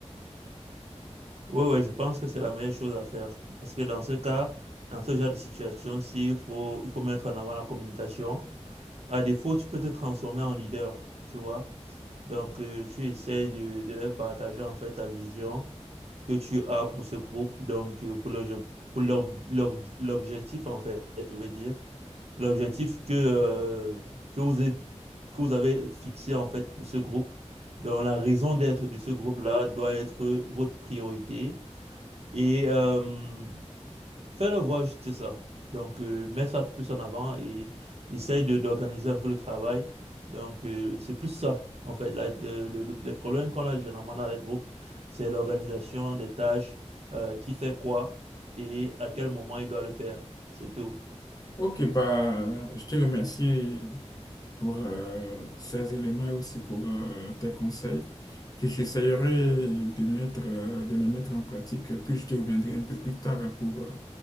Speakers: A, on the right; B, on the left.
A: Oui, ouais, ouais, je pense que c'est la meilleure chose à faire. Parce que dans ce cas, dans ce genre de situation, s'il faut, il faut mettre en avant la communication. À défaut, tu peux te transformer en leader, tu vois. Donc, euh, tu essayes de, de leur partager en fait ta vision que tu as pour ce groupe, donc euh, pour l'obje- pour l'ob- l'ob- l'objectif en fait, je veux dire, l'objectif que, euh, que vous êtes, que vous avez fixé en fait pour ce groupe. Donc, la raison d'être de ce groupe-là doit être votre priorité et euh, fais-le voir juste ça. Donc, euh, mets ça plus en avant et essaye de, d'organiser un peu le travail. Donc, euh, c'est plus ça, en fait. La- le- le- le- les problèmes qu'on a généralement dans les groupes, c'est l'organisation des tâches, euh, qui fait quoi et à quel moment il doit le faire. C'est tout.
B: Ok, bah, je te remercie pour euh, ces éléments et aussi pour euh, tes conseils. que J'essayerai de mettre, euh, de les mettre en pratique, puis je te reviendrai un peu plus tard pour euh,